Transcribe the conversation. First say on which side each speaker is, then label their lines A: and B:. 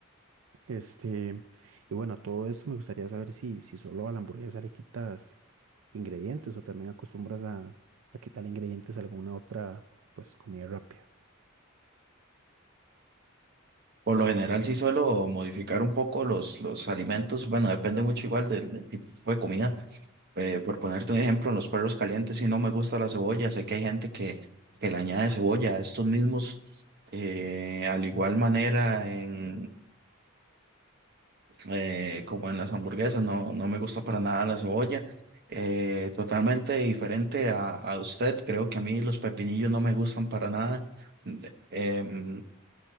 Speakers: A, on the right; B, on the right.
A: Este, y bueno, a todo esto me gustaría saber si, si solo a la hamburguesa le quitas ingredientes o también acostumbras a, a quitarle ingredientes a alguna otra, pues, comida rápida.
B: Por lo general, sí suelo modificar un poco los, los alimentos. Bueno, depende mucho igual del, del tipo de comida Eh, por ponerte un ejemplo, en los perros calientes, si no me gusta la cebolla, sé que hay gente que, que le añade cebolla a estos mismos, eh, al igual manera en, eh, como en las hamburguesas, no, no me gusta para nada la cebolla. Eh, totalmente diferente a, a usted, creo que a mí los pepinillos no me gustan para nada. De- Em,